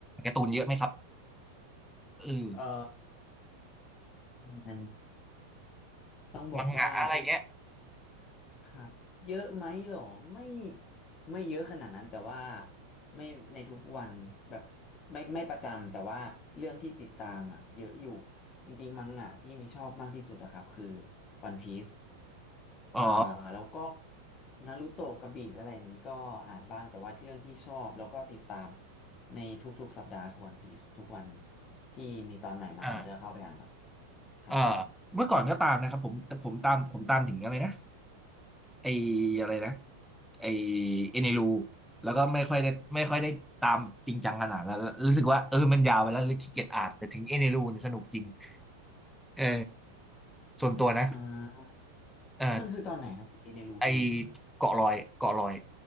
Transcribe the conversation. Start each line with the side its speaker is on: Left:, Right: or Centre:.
Centre: การ์ตูนเยอะไหมครับเออ
Left: เอ่อมันต้องบอกว่า
Centre: มังงะอะไรเงี้ย
Left: ครับ เยอะไหมหรอไม่ไม่เยอะขนาดนั้นแต่ว่าไม่ในทุกๆวัน แบบไม่ไม่ประจำ แต่ว่า เรื่องที่ติดตามอ่ะเยอะอยู่ จริงๆมังงะที่มีชอบมากที่สุดอะครับคือ One Piece
Centre: อ๋อ
Left: อ่าแล้วก็นารูโตะกับบีชอะไรอย่างนี้ก็อ่านบ้าง แต่ว่าเรื่องที่ชอบแล้วก็ติดตาม ในทุกๆสัปดาห์คือ One Piece ทุกวันที่มีตอนใหม่มาเราจะเข้าไปอ่านครับ
Centre: อ่า
Left: ครับผม
Centre: เอ่าเมื่อก่อนก็ตามนะครับผมแต่ผมตามผมตามถึงอะไรนะไออะไรนะไอเอเนรูแล้วก็ไม่ค่อยได้ไม่ค่อยได้ตามจริงจังขนาดนั้นแล้วรู้สึกว่าเออมันยาวไปแล้วเลยขี้เกียจอ่านแต่ถึงเอเนรูเนี่ยสนุกจริงเออส่วนตัวนะ
Left: อ่า
Centre: เออ
Left: มันคือตอนไหนนะเอเนรู
Centre: ไอเกาะลอยเกาะลอย